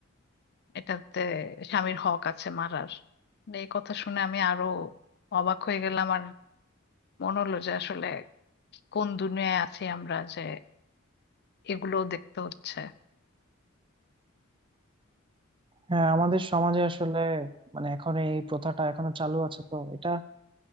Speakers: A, on the left (about 50°); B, on the right (about 25°).
A: এটাতে স্বামীর হক আছে মারার এই কথা শুনে আমি আরো অবাক হয়ে গেলাম আর মনে হলো যে আসলে কোন দুনিয়ায় আছি আমরা যে এগুলো দেখতে হচ্ছে
B: হ্যাঁ আমাদের সমাজে আসলে মানে এখন এই প্রথাটা এখনো চালু আছে তো এটা